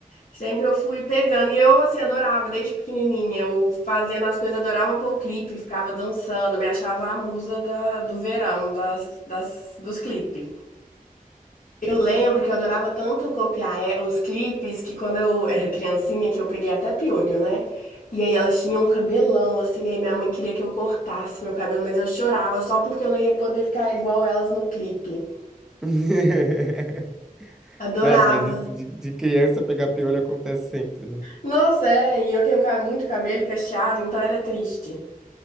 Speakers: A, on the left (about 70°); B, in the centre.
A: sempre eu fui pegando. E eu, assim, adorava, desde pequenininha. Eu fazendo as coisas, adorava pôr clipe, ficava dançando, me achava a musa da- do verão, das, das, dos clipes. Eu lembro que eu adorava tanto copiar é, os clipes que quando eu era criancinha, que eu peguei até piolho, né? E aí elas tinham um cabelão, assim, aí minha mãe queria que eu cortasse meu cabelo, mas eu chorava só porque eu não ia poder ficar igual elas no clipe.
B: <laughs>
A: Adorava.
B: Nossa, mas isso de, de criança pegar piolho acontece sempre, né?
A: Nossa, é, e eu tenho ca- muito cabelo cacheado, então era triste.